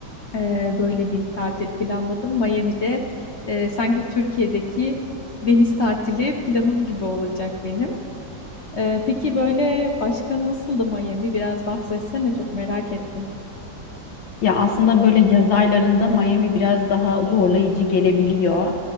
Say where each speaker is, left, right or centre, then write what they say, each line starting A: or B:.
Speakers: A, on the left; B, on the left.
A: ee, böyle bir tatil planladım. Miami'de e, sanki Türkiye'deki deniz tatili planım gibi olacak benim. Ee, peki böyle başka nasıldı Miami? Biraz bahsetsene çok merak ettim.
B: Ya aslında böyle yaz aylarında Miami biraz daha zorlayıcı gelebiliyor.